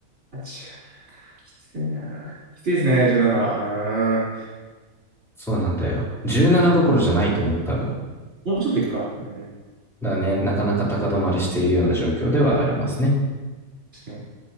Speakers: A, on the right (about 40°); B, in the centre.
A: ー、17か。きついなー。きついですね、17は。うーん。
B: そうなんだよ。17どころじゃないと思う、多分。だか
A: もうちょっといくか。うん。
B: らね、なかなか高止まりしているような状況ではありますね。
A: 確かに。